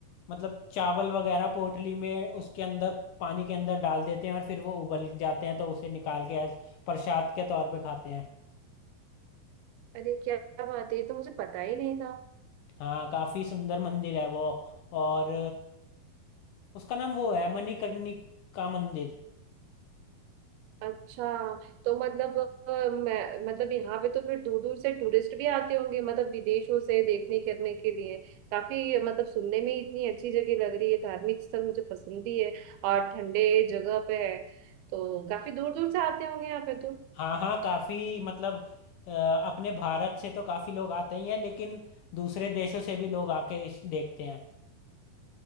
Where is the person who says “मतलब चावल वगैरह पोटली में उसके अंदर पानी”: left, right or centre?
Left